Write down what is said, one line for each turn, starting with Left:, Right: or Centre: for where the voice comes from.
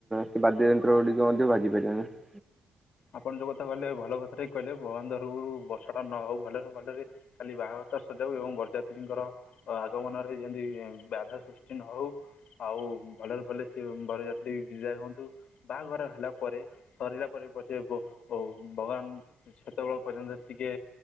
Centre: ସେ ବାଦ୍ୟ ଯନ୍ତ୍ର ଗୁଡିକ ମଧ୍ୟ ବାଜି ପାରିବ ନାହିଁ।
Left: ଆପଣ ଯୋଉ କଥା କହିଲେ ଭଲ କଥାଟା କହିଲେ ଭଗବାନ ଧରକୁ ବର୍ଷାଟା ନ ହଉ ଭଲରେ ଭଲରେ କାଲି ବାହାଘରଟା ସରିଜାଉ ଏବଂ ବରଯାତ୍ରୀଙ୍କର ଆଗମନରେ ଯେମିତି ବ୍ୟାଧା ସୃଷ୍ଟି ନ ହଉ। ଆଉ ଭଲରେ ଭଲ ସେ ବରଯାତ୍ରୀ ବିଦାୟ ହୁଅନ୍ତୁ ବାହାଘର ହେଲା ପରେ ସରିଲା ପରେ ପଛେ ଭଗବାନ ସେତେବେଳେ ପର୍ଯ୍ୟନ୍ତ ଟିକେ